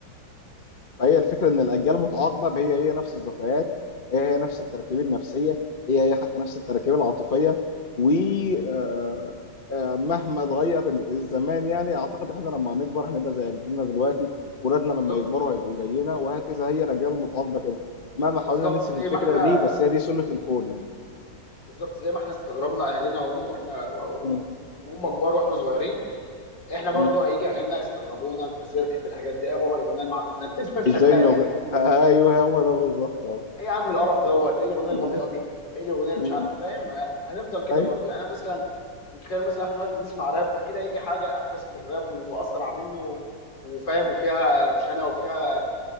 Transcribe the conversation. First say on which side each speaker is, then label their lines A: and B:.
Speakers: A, on the left; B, on the left.
A: فهي الفكره ان الاجيال متعاقبه هي هي نفس الذكريات هي هي نفس التراكيب النفسيه هي هي حتى نفس التراكيب العاطفيه و آه، آه، مهما اتغير ال- الزمان يعني اعتقد احنا لما هنكبر هنبقى زي جدنا دلوقتي ولادنا لما
B: بالظبط
A: يكبروا هيبقوا زينا وهكذا هي الاجيال المتعاقبه كده مهما حاولنا
B: بالظبط
A: ننسف
B: زي
A: الفكره
B: ما احنا
A: دي بس هي دي سنه الكون يعني
B: بالظبط زي ما احنا استغربنا اهلنا وهم واحنا وهم
A: مم.
B: وهم كبار واحنا صغيرين احنا برضو
A: مم.
B: هيجي عيالنا يستغربونا انت ازاي بتحب الحاجات دي إيه يا بابا الاغنيه المعفنه اللي انت
A: وازاي
B: بتحبها
A: انه
B: دي
A: غ- ايوه هو ده بالظبط اه
B: ايه يا عم القرف دوت ايه الاغنيه
A: مم.
B: البطيئه دي ايه الاغنيه اللي
A: مم.
B: مش عارف فاهم هنفضل كده
A: اي
B: برضو يعني انا مثلا متخيل مثلا احنا دلوقتي بنسمع راب اكيد هيجي حاجه احدث من الراب واسرع منه وفاهم وفيها روشنه وفيها